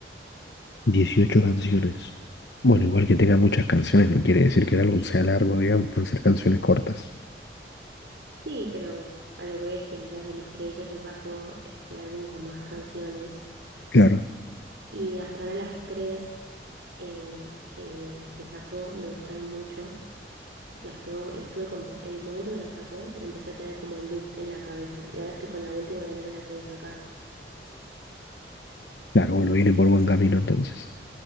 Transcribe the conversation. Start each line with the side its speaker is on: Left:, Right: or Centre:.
Left: dieciocho canciones. Bueno, igual que tenga muchas canciones no quiere decir que el álbum sea largo, digamos, pueden ser canciones cortas.
Right: Sí, pero a lo que veo es que quizás de los que ella ya sacó es el álbum con más canciones.
Left: Claro.
Right: Y hasta ahora las tres eh, que, que sacó me gustaron mucho. Las tengo, las tuve como, el momento que la sacó, la empecé a tener como el loop en la cabeza. Y ahora estoy con la última que no me la puedo sacar.
Left: Claro, bueno, viene por buen camino entonces.